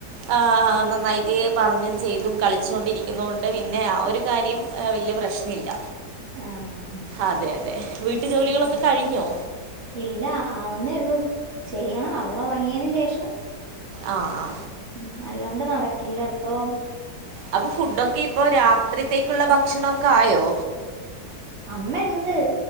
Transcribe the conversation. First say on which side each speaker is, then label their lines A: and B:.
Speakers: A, on the right (about 90°); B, on the right (about 50°).
A: ആ നന്നായിട്ട് പറഞ്ഞും ചെയ്തും കളിച്ചുണ്ടിരിക്കുന്നൊണ്ട്. പിന്നെ ആ ഒരു കാര്യം. ഏ വലിയ പ്രശ്ന ഇല്ല.
B: ആഹ്
A: അതെ അതെ വീട്ടു ജോലികളൊക്കെ
B: ഉം
A: കഴിഞ്ഞോ?
B: ഇല്ല ആവുന്നേ ഉള്ളൂ. ചെയ്യണം അവളൊറങ്ങിയതിന് ശേഷം.
A: ആ ആ
B: ഉ അല്ലാണ്ട് നടക്കില്ലപ്പം.
A: അപ്പൊ ഫുഡൊക്കെ ഇപ്പൊ രാത്രിത്തേക്കുള്ള ഭക്ഷണൊക്കെ ആയോ?
B: അമ്മണ്ട്